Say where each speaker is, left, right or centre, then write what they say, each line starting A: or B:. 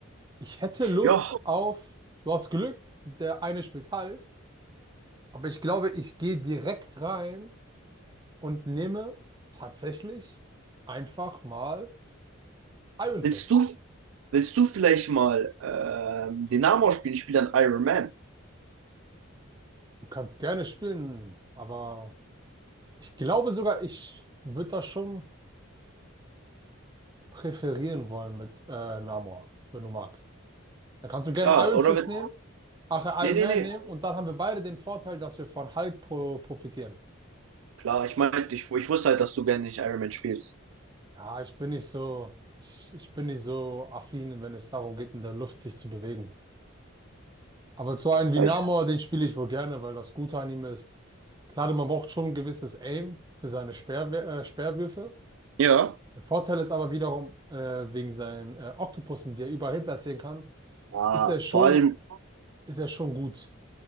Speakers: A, on the right (about 20°); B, on the right (about 75°).
A: Ich hätte Lust
B: Ja,
A: auf, du hast Glück, der eine spielt Hulk, aber ich glaube, ich gehe direkt rein und nehme tatsächlich einfach mal Iron
B: willst
A: Fist.
B: du, willst du vielleicht mal ähm, den Namen ausspielen? Ich spiele dann Iron Man.
A: Du kannst gerne spielen, aber ich glaube sogar, ich würde da schon präferieren wollen mit äh, Namor, wenn du magst. Dann kannst du gerne
B: Klar,
A: Iron
B: oder?
A: Fist
B: Will,
A: nehmen, ach, äh,
B: nee,
A: Iron
B: nee,
A: Man
B: nee.
A: nehmen und dann haben wir beide den Vorteil, dass wir von Hulk pro profitieren.
B: Klar, ich meinte, ich, ich wusste halt, dass du gerne nicht Iron Man spielst.
A: Ja, ich bin nicht so, ich, ich bin nicht so affin, wenn es darum geht, in der Luft sich zu bewegen. Aber so einen wie
B: Ich,
A: Namor, den spiele ich wohl gerne, weil das Gute an ihm ist, klar, man braucht schon ein gewisses Aim für seine Speer, äh, Speerwürfe.
B: Ja,
A: Der Vorteil ist aber wiederum, äh, wegen seinen äh, Oktopussen, die er überall hin platzieren kann,
B: ah,
A: ist er schon,
B: vor allem,
A: ist er schon gut.